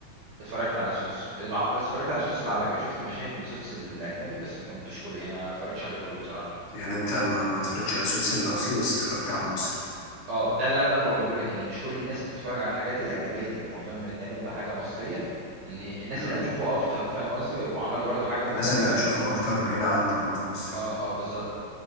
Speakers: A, on the right (about 60°); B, on the left (about 65°).
A: اتفرجت على سوتس الع... بس اتفرجت على سوتس العربي شفت مشاهد من سوتس الاجنبي بس ما كملتوش كله يعني ما اتفرجتش عليه كله بصراحه
B: يعني انت ما ما اتفرجتش على سوتس الاصلي بس اتفرجت على المصري
A: اه ده اللي انا بقى بقوله لك ان مش كل الناس هتتفرج على الحاجات الاجنبيه في موضوع انه يتعمل بحاجه مصريه ان الناس
B: مم.
A: اللي هتشوفه اكتر فاهم قصدي وهيبقوا عملوا برضو حاجه مختلفه
B: الناس اللي هتشوفه اكتر هنا عندك اهو في مصر
A: اه اه بالظبط